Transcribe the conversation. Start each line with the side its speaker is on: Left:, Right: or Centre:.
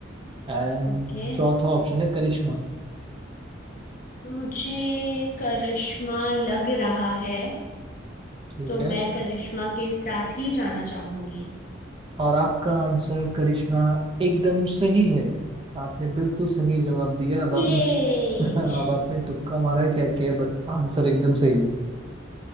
Right: एंड
Left: ओके
Right: चौथा ऑप्शन है करिश्मा
Left: मुझे करिश्मा लग रहा है
Right: ठीक
Left: तो
Right: है
Left: मैं करिश्मा के साथ ही जाना चाहूंगी
Right: और आपका आंसर करिश्मा एकदम सही है आपने बिल्कुल सही जवाब दिया अब आपने
Left: ये
Right: <laughs> अब आपने तुक्का मारा है क्या किया बट आंसर एकदम सही है